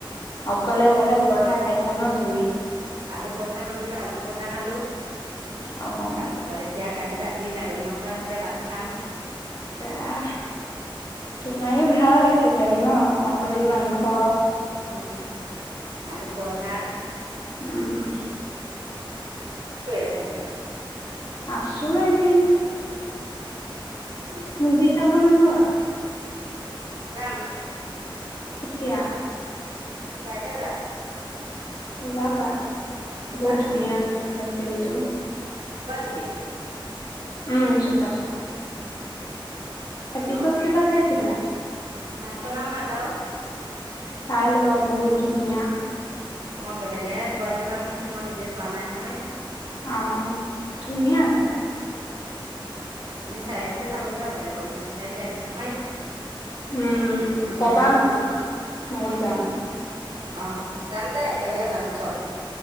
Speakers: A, on the left (about 45°); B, on the right (about 70°).
A: অকলে অকলে পৰঠা খাইছা ন' তুমি?
B: আলু পৰঠা বনালে আলু পৰঠা খালোঁ, তাৰপাছত
A: অ',
B: এতিয়া কালি ৰাতি ছাগলী মাংস আছিলে ভাত খাম।
A: এয়া তোমাৰেই ভাল একেবাৰে ন' ছাগলী
B: উম
A: মাংস।
B: উম' আলু-পৰঠা।
A: উম'।
B: কি কৰি আছা এতিয়া।
A: আছো এনেই।
B: উম
A: মুভি চাব নোযোৱা?
B: যাম।
A: কেতিয়া।
B: কাইলৈ যাম।
A: ওলাবা
B: চুপা
A: বহুত
B: চুপি
A: ধুনীয়া আছে মানে ফিল্মটো।
B: চুপা চুপি।
A: উম, চুফা চুপি। এপিছড
B: অ'
A: কেইটা চাইছিলা?
B: নাই চুনা মাতও।
A: চাই লবা বহুত ধুনীয়া
B: মই বেলেগেহে কোৱাই থকা শুনিছো মই নিজে চোৱা নাই নহয়।
A: অ' ধুনীয়া আছে।
B: উ আমি চাৰিআলিতে চাবলৈ যাব লাগিব, মিছন চাৰিআলি আহিছে নহয়।
A: উম
B: বিচাৰ
A: কবা
B: চাৰআলে
A: মোক
B: হ'লতো
A: ময়ো
B: উম'।
A: যাম
B: অহ যাম দেই একেলগে যাম চব।